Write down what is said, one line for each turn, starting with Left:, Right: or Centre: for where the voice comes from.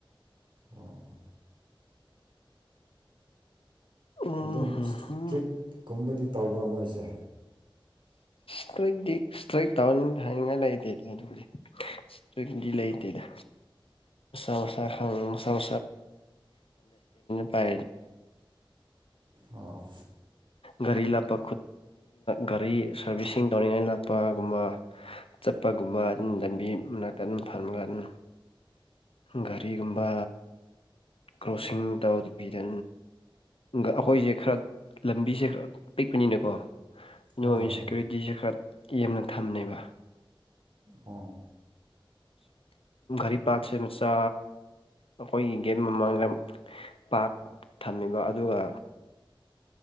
Right: ꯑꯣ
Left: ꯎꯝ
Right: ꯑꯗꯨꯝ
Left: ꯍꯝ
Right: ꯏꯁꯇ꯭ꯔꯤꯛꯀꯨꯝꯕꯗꯤ
Left: ꯍꯝ
Right: ꯇꯧꯕ꯭ꯔꯥ ꯃꯣꯏꯁꯦ
Left: ꯁ꯭ꯋꯗꯤ ꯏꯁꯇ꯭ꯔꯛ ꯇꯧꯟ ꯍꯥꯏꯅꯤꯡꯉꯥꯏ ꯂꯩꯇꯦꯗ ꯑꯗꯨꯗꯤ ꯏꯁꯇ꯭ꯔꯛꯗꯤ ꯂꯩꯇꯦꯗ ꯥ ꯑꯗꯔꯇ ꯄ
Right: ꯑꯥꯎ
Left: ꯒꯥꯔꯤ ꯂꯥꯛꯄ ꯒꯥꯔꯤ ꯁꯥꯔꯚꯤꯁꯁꯤꯡ ꯇꯧꯅꯤꯡꯉꯥꯏ ꯂꯥꯛꯄꯒꯨꯝꯕ ꯆꯠꯄꯒꯨꯝꯕ ꯑꯗꯨꯝ ꯂꯝꯕꯤ ꯃꯅꯥꯛꯇ ꯑꯗꯨꯝ ꯐꯃꯒ ꯑꯗꯨꯝ ꯒꯥꯔꯤꯒꯨꯝꯕ ꯀ꯭ꯔꯣꯁꯤꯡ ꯇꯧꯗꯕꯤꯗ ꯑꯩꯈꯣꯏꯁꯦ ꯈꯔ ꯂꯝꯕꯤꯁꯦ ꯄꯤꯛꯄꯅꯤꯅꯀꯣ ꯅꯣꯡ
Right: ꯍꯣꯏ ꯍꯣꯏ
Left: ꯁꯦ ꯀꯀꯌꯨꯔꯤꯇꯤꯁꯦ ꯈꯔ ꯌꯥꯝꯦꯝꯅ ꯊꯝꯃꯦꯕ
Right: ꯑꯣ
Left: ꯔꯤ ꯄꯥ ꯃꯆꯥ ꯑꯩꯈꯣꯏ ꯝ ꯃꯥꯡꯦ ꯄꯥꯠ ꯊꯝꯃꯤꯕ ꯑꯗꯨꯒ